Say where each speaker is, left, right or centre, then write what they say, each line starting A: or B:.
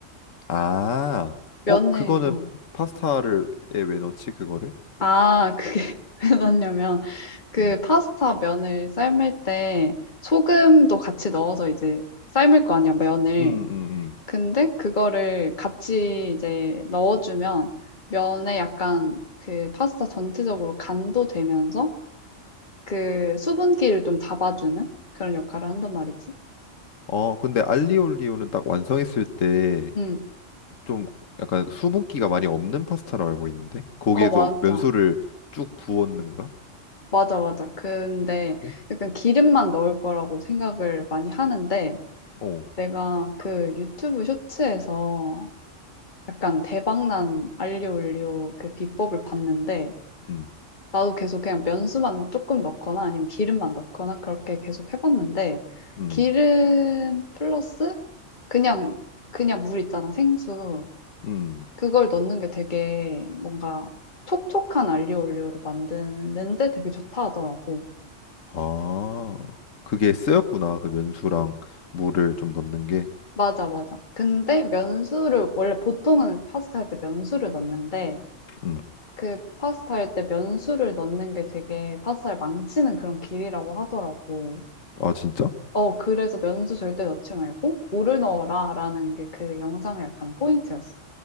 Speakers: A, on the left; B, on the left.
A: 아,
B: 면을,
A: 어, 그거는
B: 어.
A: 파스타를, 에왜 넣지, 그거를?
B: 아, 그게 <laughs> 왜 넣냐면, 그
A: 음,
B: 파스타 면을 삶을 때 소금도 같이 넣어서 이제 삶을 거 아니야, 면을.
A: 음, 음, 음.
B: 근데 그거를 같이 이제 넣어주면 면에 약간 그 파스타 전체적으로 간도 되면서 그 수분기를 좀 잡아주는 그런 역할을 한단 말이지.
A: 어, 근데 알리올리오는 딱 완성했을 때
B: 응.
A: 좀 약간 수분기가 많이 없는 파스타로 알고 있는데? 거기에서
B: 어, 맞아.
A: 면수를 쭉 부었는 거야?
B: 맞아, 맞아. 근데
A: 어,
B: 약간 기름만 넣을 거라고 생각을 많이 하는데
A: 어,
B: 내가 그 유튜브 쇼츠에서 약간 대박난 알리오 올리오 그 비법을 봤는데
A: 음,
B: 나도 계속 그냥 면수만 조금 넣거나 아니면 기름만 넣거나 그렇게 계속 해봤는데
A: 음,
B: 기름 플러스 그냥 그냥 물 있잖아 생수
A: 음.
B: 그걸 넣는 게 되게 뭔가 촉촉한 알리오 올리오를 만드는데 되게 좋다 하더라고.
A: 아, 그게 쓰였구나. 그 면수랑 물을 좀 넣는 게.
B: 맞아, 맞아. 근데 면수를, 원래 보통은 파스타 할 때 면수를 넣는데,
A: 음.
B: 그 파스타 할 때 면수를 넣는 게 되게 파스타를 망치는 그런 길이라고 하더라고.
A: 아, 진짜?
B: 어, 그래서 면수 절대 넣지 말고, 물을 넣어라 라는 게 그 영상의 약간 포인트였어.